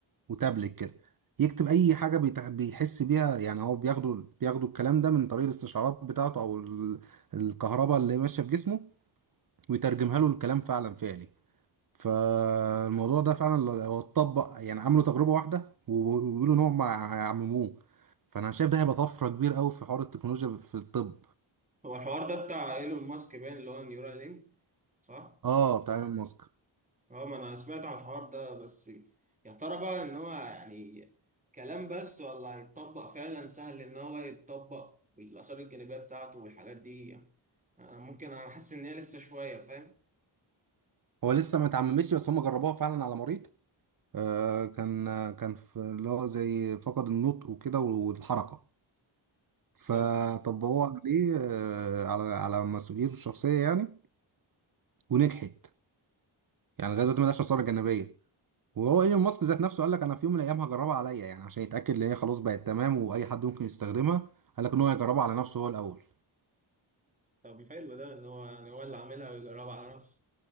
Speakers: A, on the right (about 45°); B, on the right (about 15°).
A: وتابلت كده يكتب اي حاجه بيتع- بيحس بيها يعني هو بياخدوا بياخدوا الكلام ده من طريق الاستشعارات بتاعته او ال- الكهرباء اللي ماشيه في جسمه ويترجمها له الكلام فعلا فعلي فالموضوع ده فعلا لو- هو اتطبق يعني عملوا تجربة واحدة و- وبيقولوا ان هم عمموه فانا شايف ده هيبقى طفرة كبيرة قوي في حوار التكنولوجيا في الطب
B: هو الحوار ده بتاع ايلون ماسك باين اللي هو نيورال لينك صح؟
A: اه بتاع ايلون ماسك
B: اه ما انا سمعت عن الحوار ده بس يا ترى بقى ان هو يعني كلام بس ولا هيتطبق فعلا سهل ان هو يتطبق بالاثار الجانبيه بتاعته والحاجات دي يعني انا ممكن انا حاسس ان هي لسه شويه فاهم؟
A: هو لسه ما اتعممتش بس هم جربوها فعلا على مريض آه كان كان في اللي هو زي فقد النطق وكده والحركة فطبقوها
B: اه
A: عليه آه على على مسؤوليته الشخصية يعني ونجحت يعني لغايه دلوقتي ملهاش آثار جانبية وهو ايلون ماسك ذات نفسه قال لك انا في يوم من الايام هجربها عليا يعني عشان يتاكد ان هي خلاص بقت تمام واي حد ممكن يستخدمها قال لك ان هو يجربها على نفسه هو الاول
B: طب حلو ده ان هو يعني هو اللي عاملها ويجربها على نفسه